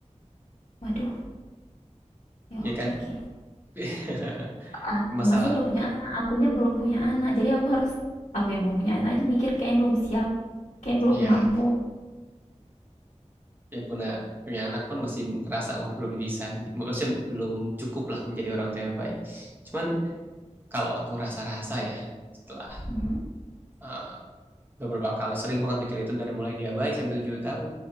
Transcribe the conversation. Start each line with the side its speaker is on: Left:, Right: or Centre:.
Left: Waduh, ya
Right: Ya
Left: apa
Right: kan?
Left: iki?
Right: <laughs>
Left: Ah,
Right: Masalah.
Left: Masnya udah punya anak, akunya belum punya anak. Jadi aku harus aku yang belum punya anak aja mikir kayaknya belum siap, kayak belum
Right: Ya,
Left: mampu.
Right: yang punya punya anak pun masih ngerasa wah belum bisa nih. Maksudnya belum cukup lah menjadi orang tua yang baik. Cuman kalau aku rasa-rasa ya setelah
Left: Mhm.
Right: eh, beberapa kali sering banget mikir itu dari mulai dia bayi sampai tujuh tahun